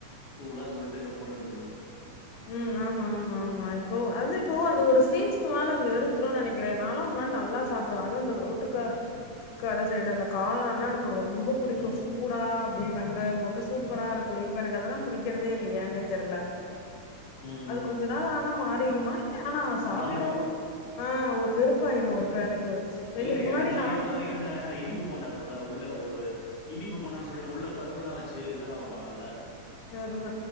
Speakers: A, on the left (about 55°); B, on the left (about 80°).
A: கூலா சொல்ட்டு கம்முனு இருந்துருது
B: ம் ஆமா ஆமா ஆமா இப்போ அது இப்பவும் அது ஒரு ஸ்டேஜுக்கு மேல வெறுத்துரு நெனைக்கிறே நாலா நல்லா சாப்பிடுவே அது அந்த ரோட்டு கட கட சைடு அந்த காளான் ல ரொம்ப பிடிக்கூ
A: ம்
B: சூடா அப்டியே வெங்காயம் போட்டு சூப்பரா இருக்கூஇப்ப எனக்கு அதெல்லா பிடிக்கிறதே இல்ல என்னே தெர்ல
A: ம்
B: அது கொஞ்சோ நாள் ஆனா மாறி <unintelligible> துமா ஆனா சாப்டறோ
A: மாறிடும்
B: ஆஹ் ஒரு வெறுப்பாயிரோ இப்ப எனக்கு வெளி
A: இல்ல
B: முன்னாடி
A: எனக்குல்லா
B: நானும்
A: இப்ப வரைக்கு அந்த இனிப்பு போண்டா இருக்கும்ல உள்ள ஒரு இன்னிப்பு போண்டா சொல்லிட்டு உள்ள பருப்பு எல்லா வச்சு இதெல்லா வப்பாங்கல்ல
B: தெர்ல